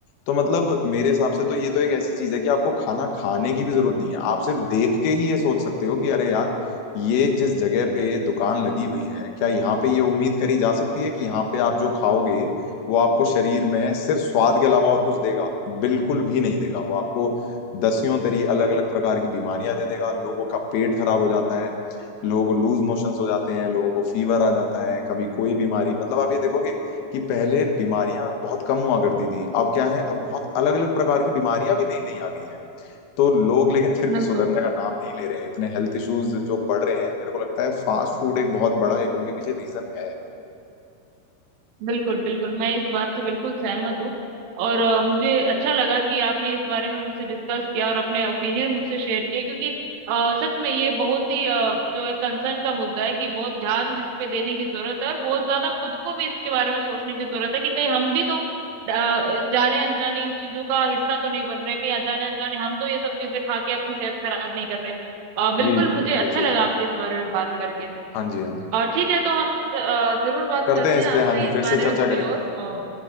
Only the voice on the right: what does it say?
बिल्कुल
बिल्कुल बिल्कुल मैं इस बात से बिल्कुल सहमत हूँ और अ, मुझे अच्छा लगा कि आपने इस बारे में मुझसे डिस्कस किया और अपने ओपिनियन मुझसे शेयर किए क्योंकि अ, सच में ये बहुत ही अ, जो है कंसर्न का मुद्दा है कि बहुत ध्यान इस पे देने की जरूरत है और बहुत ज्यादा खुद को भी इसके बारे में सोचने की जरूरत है कि कहीं हम भी तो अ, जाने अनजाने इन चीजों का हिस्सा तो नहीं बन रहे कहीं अनजाने अनजाने हम तो ये सब चीजें खा के अपनी सेहत खराब नहीं कर रहे अ, बिल्कुल
मुझे
अच्छा
लगा
आपसे इस बारे में बात करके
और ठीक है तो हम अ, जरूर बात
करते
हैं आपसे
इस
बारे
में कभी
और और